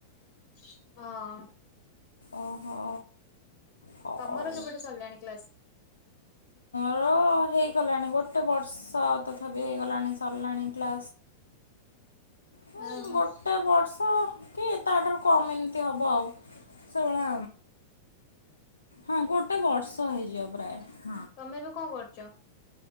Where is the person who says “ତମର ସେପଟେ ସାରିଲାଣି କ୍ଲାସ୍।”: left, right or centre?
Left